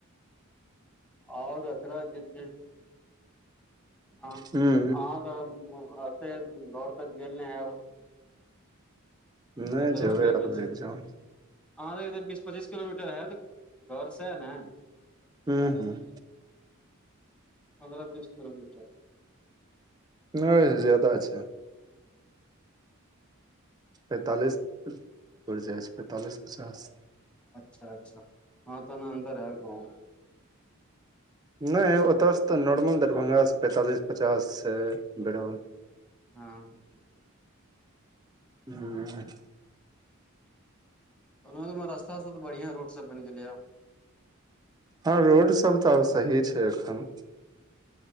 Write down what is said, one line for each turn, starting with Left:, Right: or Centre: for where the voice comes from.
Centre: आओर एकरा जे छै। ह
Right: हूँ
Centre: अहाँ तऽ एते घर तक गेल ने हयब।
Right: नहि
Centre: दरभंगे
Right: जेबै
Centre: मे
Right: त
Centre: छी
Right: रेह जाओ।
Centre: अहाँ त बीस पच्चीस किलोमीटर हैत घर से सेह न।
Right: हूँ हूँ।
Centre: पन्द्रह बीस किलोमीटर।
Right: नहि ज्यादा छै। पेंतालिस पर जाय छै पेंतालिस पचास।
Centre: अच्छा अच्छा हँ तऽ ने अन्दर है गाँव।
Right: नहि ओतऽसँ तऽ नॉर्मल दरभङ्गासँ पैंतालिस पचास बिरोल।
Centre: हँ।
Right: हू।
Centre: मधुबनी में रास्ता सब तऽ बढ़ियां रोड सब बनि गेलै आब।
Right: हँ रोड सब तऽ आब सही छै एखन।